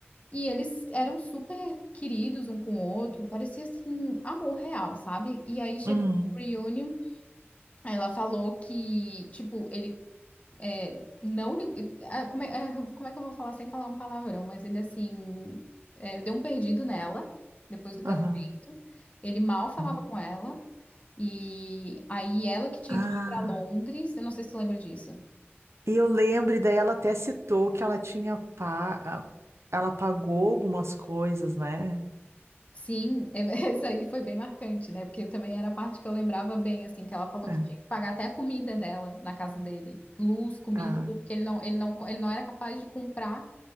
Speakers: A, on the left (about 30°); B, on the right (about 85°).
A: E eles eram super queridos um com o outro, parecia assim, amor real, sabe? E aí chegou
B: Uhum,
A: no reunion, ela falou que, tipo, ele é, não. li- ah, Como é, ah, como é que eu vou falar sem falar um palavrão? Mas ele, assim, é, deu um perdido nela, depois do casamento.
B: aham,
A: Ele mal falava
B: aham.
A: com ela, e aí ela que tinha
B: Ah,
A: que ir pra Londres, eu não sei se tu lembra disso.
B: e eu lembro, e daí ela até citou que ela tinha pa... a- ela pagou algumas coisas, né?
A: Sim, é- <laughs> isso aí foi bem marcante, né? Porque também era a parte que eu lembrava bem, assim, que ela falou
B: É.
A: que tinha que pagar até a comida dela na casa dele. Luz, comida,
B: Ah,
A: tudo, porque ele não, ele não, ele não era capaz de comprar